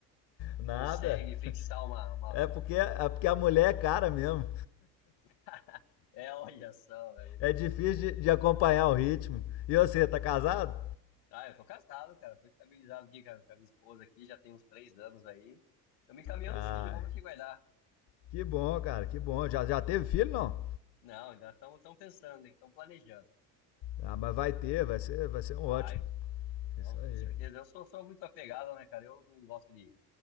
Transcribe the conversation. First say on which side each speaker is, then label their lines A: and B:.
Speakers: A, on the left (about 75°); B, on the left (about 55°).
A: não
B: Nada.
A: consegue fixar uma, uma...
B: É porque, é porque a mulher é cara mesmo.
A: <laughs> É, olha só, velho.
B: É difícil de, de acompanhar o ritmo. E você, tá casado?
A: Ah, eu tô casado, cara. Tô estabilizado aqui com a, com a minha esposa aqui, já tem uns três anos aí. Estamos encaminhando
B: Ah,
A: um filho, vamos aqui guardar,
B: que bom, cara, que bom. Já, já teve filho,
A: né?
B: não?
A: Não, ainda estamos tão pensando, estão planejando.
B: Ah, mas vai ter, vai ser, vai ser
A: Vai,
B: um ótimo.
A: não,
B: Isso aí.
A: com certeza. Eu sou, sou muito apegado, né, cara? Eu não gosto de